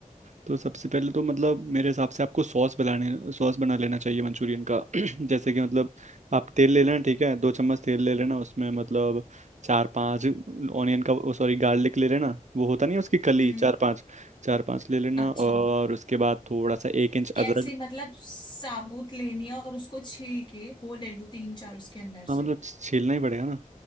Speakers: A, on the right; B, on the left.
A: तो सबसे पहले तो मतलब मेरे हिसाब से आपको सॉस बनाने सॉस बना लेना चाहिए मंचूरियन का <clears throat> जैसे कि मतलब आप तेल ले लेना ठीक है दो चम्मच तेल ले लेना उसमें मतलब चार पांच ऑनियन का सॉरी गार्लिक ले लेना वो होता नहीं है उसकी कली
B: हम्म
A: चार पांच चार पांच ले लेना
B: अच्छा
A: और उसके बाद थोड़ा सा एक इंच अदरक
B: कैसे मतलब साबुत लेनी है और उसको छील के वो ले लूं तीन चार उसके अंदर
A: हाँ
B: से
A: मतलब छीलना ही पड़ेगा ना